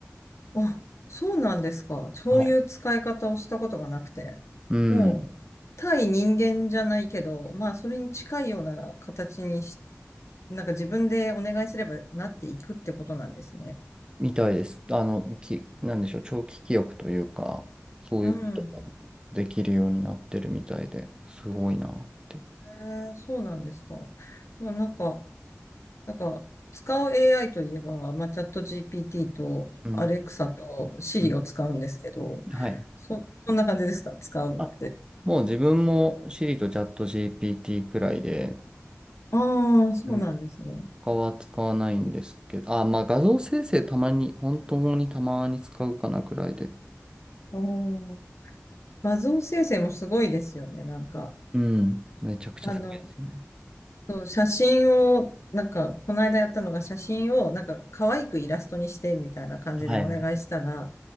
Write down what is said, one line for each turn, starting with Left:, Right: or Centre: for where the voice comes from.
Left: あ、そうなんですか。そういう使い方をしたことがなくて。
Right: はい。うん、
Left: もう、対人間じゃないけど、まあ、それに近いような形にし、なんか自分でお願いすればなっていくってことなんですね。
Right: みたいです。あの、き、なんでしょう、長期記憶というか、そういうこともできるようになってるみたいで、
Left: うん。
Right: すごいなって。
Left: へえ、そうなんですか。まあ、なんか、なんか、使う AI といえば、まあ、チャット GPT とアレクサとシリを使うんですけど、
Right: うん、うん、はい。
Left: そ、そんな感じですか使うのって。
Right: あ、もう自分も Siri とチャット GPT くらいで、
Left: ああ、そうなんですね。
Right: うん。他は使わないんですけど、あ、まあ画像生成たまに、本当にたまに使うかなくらいで。
Left: おー画像生成もすごいですよね。なんか、
Right: うん。めちゃくちゃすごいですよね。
Left: あの、そう写真を、なんか、この間やったのが写真を、なんか、可愛くイラストにしてみたいな感じでお願いしたら、
Right: はいはい。